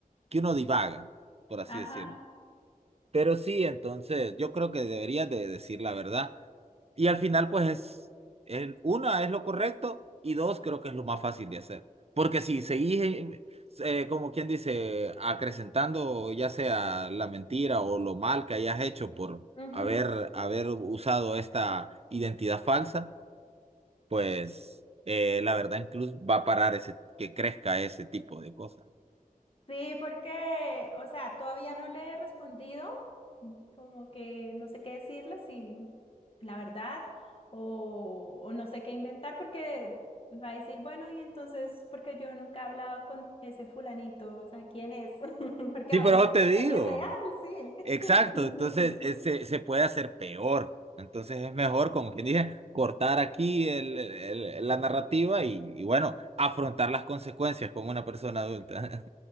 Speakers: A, on the right; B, on the left.
A: que uno divaga, por así
B: ajá.
A: decirlo. Pero sí, entonces, yo creo que deberías de decir la verdad. Y al final, pues es, el, una es lo correcto y dos creo que es lo más fácil de hacer. Porque si seguís, eh, eh, como quien dice, acrecentando ya sea la mentira o lo mal que hayas hecho por
B: Ujú.
A: haber, haber usado esta identidad falsa, pues eh, la verdad incluso va a parar ese, que crezca ese tipo de cosas.
B: Sí, porque, o sea, todavía no le he respondido, como que no sé qué decirle, si la verdad, o, o no sé qué inventar, porque va a decir, bueno, y entonces, porque yo nunca he hablado con ese fulanito, o sea, ¿quién es? <laughs> Porque
A: Sí,
B: va
A: pero
B: a pensar
A: eso te
B: que
A: digo.
B: es alguien real, sí.
A: Exacto,
B: <laughs>
A: entonces eh, se, se puede hacer peor. Entonces es mejor, como quien dije, cortar aquí el- el- la narrativa y, y bueno, afrontar las consecuencias como una persona adulta.